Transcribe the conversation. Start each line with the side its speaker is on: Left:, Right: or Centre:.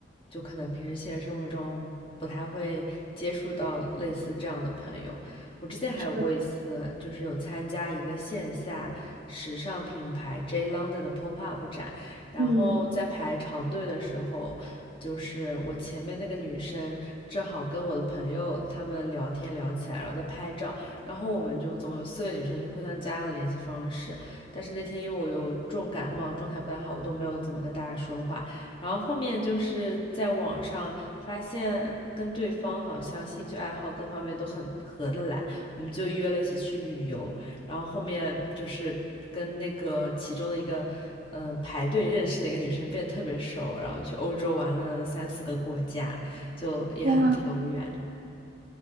Left: 就可能平时现实生活中不太会接触到类似这样的朋友。我之前还有过一次，
Right: 嗯
Left: 就是有参加一个线下时尚品牌 J London 的 pop up 展，然后在排长队的时候，
Right: 嗯，嗯
Left: 就是我前面那个女生正好跟我的朋友他们聊天聊起来，然后在拍照，然后我们就总有四个女生就互相加了联系方式。但是那天因为我有重感冒，状态不太好，我都没有怎么跟大家说话。然后后面就是在网上发现跟对方好像兴趣爱好各方面都很合得来，我们就约了一起去旅游。然后后面就是跟那个其中的一个嗯、呃排队认识的一个女生变得特别熟，然后去欧洲玩了三四个国家，就也很投缘。
Right: 哇，